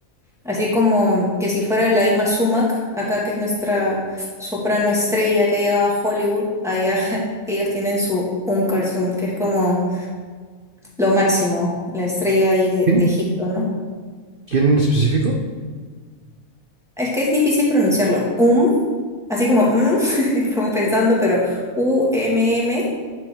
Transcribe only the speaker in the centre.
así como que si fuera la Ima Sumac, acá que es nuestra soprano estrella que ha llegado a Hollywood, allá <laughs> ellos tienen su un Kulsum, que es como lo máximo, la estrella ahí de,
de Egipto, ¿no?
Es que es difícil pronunciarlo. Um, así como mm, <laughs> como pensando, pero U-M-M,